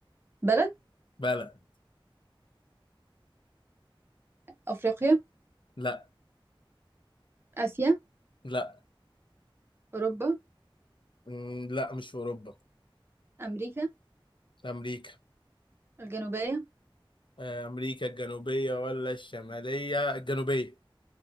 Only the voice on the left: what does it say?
بلد
لا
لا
مم، لا مش في اوروبا
امريكا
آه، امريكا الجنوبيه ولا الشماليه الجنوبيه